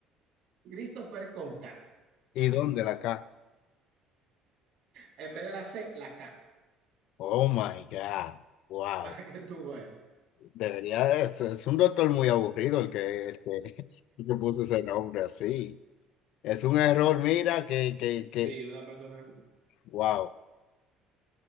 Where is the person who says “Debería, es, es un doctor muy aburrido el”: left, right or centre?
Left